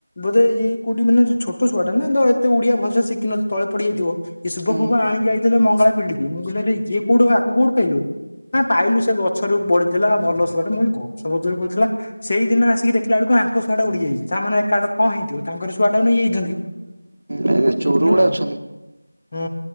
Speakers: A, on the left; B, on the right.
A: ବୋଧେ ଏଇ କୋଉଠି ମାନେ ଛୋଟ ଛୁଆଟା ନା ତ ଏତେ ଓଡିଆ ଭଲସେ ଶିଖିନଥିବ ତଳେ ପଡିଯାଇଥିବ। ଇଏ ଶୁଭ
B: ହୁଁ
A: ଫୁଭ ଆଣିକି ଆଇଥିଲେ ମଙ୍ଗଳା ଫିଲ୍ଡ କି ମୁଁ କହିଲି ଆରେ ଇଏ କୋଉଠୁ ଆକୁ କୋଉଠୁ ପାଇଲୁ। ନା ପାଇଲୁ
B: ହୁଁ
A: ସେ ଗଛରୁ ପଡିିଥିଲା ଭଲ ଶୁଆଟେ ମୁଁ କହିଲି ଗଛ ଫଛରୁ ପଡିଥିଲା। ସେଇଦିନ ଆସି କି ଦେଖିଲା ବେଳକୁ ଆଙ୍କ ଶୁଆ ଟା ଉଡି ଯାଇଛି ତା ମାନେ ଏକା କ କଁ ହେଇଥିବ ତାଙ୍କରି ଶୁଆ ଟାକୁ ନେଇ ଯାଇଛନ୍ତି
B: ଏ ଚୋର
A: ହୁଁ।
B: ଗୁଡା ଅଛନ୍ତି।
A: ହୁଁ